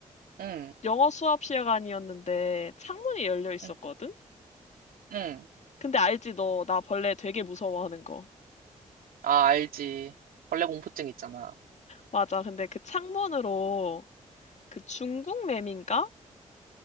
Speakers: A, on the right; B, on the left.
A: 응,
B: 영어 수업 시간이었는데 창문이 열려 있었거든?
A: 응, 응.
B: 근데 알지, 너, 나 벌레 되게 무서워하는 거.
A: 아, 알지. 벌레 공포증 있잖아.
B: 맞아, 근데 그 창문으로 그 중국 매미인가?